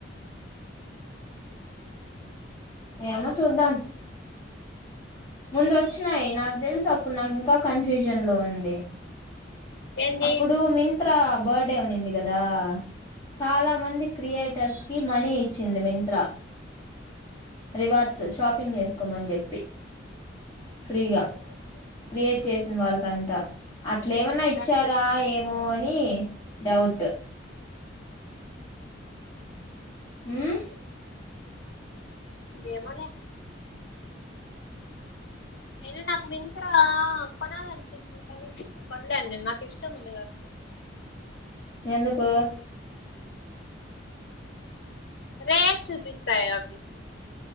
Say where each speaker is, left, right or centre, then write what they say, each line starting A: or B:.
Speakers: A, on the left (about 20°); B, on the left (about 75°).
A: ఏమో చూద్దాం ముందు వచ్చినాయి నాకు తెలుసు అప్పుడు నాకు ఇంకా కన్ఫ్యూజన్ లో ఉంది
B: ఏంది
A: అప్పుడు మింతా బర్త్డే ఉన్నింది కదా చాలా
B: ఆ
A: మంది క్రియేట్ టర్స్ కి మనీ ఇచ్చింది మింత్రా రివార్డ్స్ షాపింగ్ చేసుకోమని చెప్పి ఫ్రీగా క్రియేట్ చేసింది వాళ్ళకంతా అట్లేమ
B: దానికి
A: ఇచ్చారా
B: వచ్చిందంటావా
A: ఏమో అని డౌట్ మ్మ్
B: ఏమోలే అయినా నాకు మింత్రా కొనాలనిపిస్తుంది <inaudible> వద్దండీ నాకు ఇష్టం ఉండదు అసలు
A: ఎందుకు
B: రేట్ చూపిస్తాయి అవి